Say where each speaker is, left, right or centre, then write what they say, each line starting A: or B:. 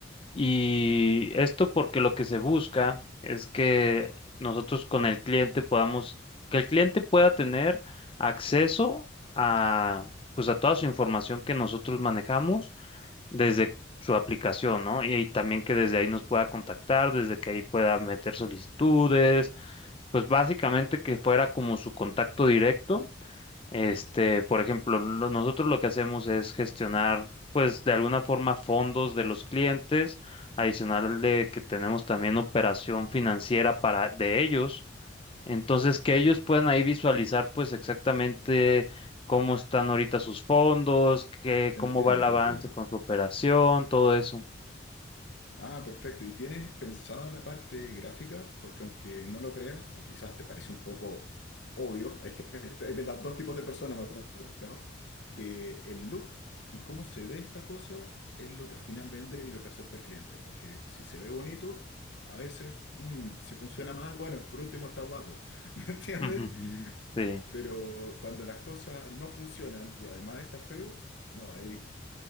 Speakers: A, on the left; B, on the left.
A: Y esto porque lo que se busca es que nosotros con el cliente podamos, que el cliente pueda tener acceso a, pues a toda su información que nosotros manejamos desde su aplicación, ¿no? Y, y también que desde ahí nos pueda contactar, desde que ahí pueda meter solicitudes, pues básicamente que fuera como su contacto directo este, por ejemplo, lo- nosotros lo que hacemos es gestionar, pues, de alguna forma fondos de los clientes, adicional de que tenemos también operación financiera para de ellos. Entonces, que ellos puedan ahí visualizar, pues, exactamente cómo están ahorita sus fondos, qué,
B: Te
A: cómo
B: entiendo,
A: va el
B: te
A: avance
B: entiendo.
A: con su operación, todo eso.
B: Ah, perfecto. ¿Y tienes pensada la parte gráfica? Porque aunque no lo creas, o quizás te parece un poco obvio, hay gente, de los dos tipos de personas me ha tocado, que el look y cómo se ve esta cosa es lo que al final vende y lo que acepta el cliente. Porque si se ve bonito, a veces, mm, si funciona mal, bueno, por último está guapo, <laughs> ¿me entiendes?
A: Ujú, ujú. Sí,
B: Pero cuando las cosas no funcionan y además está feo, no, ahí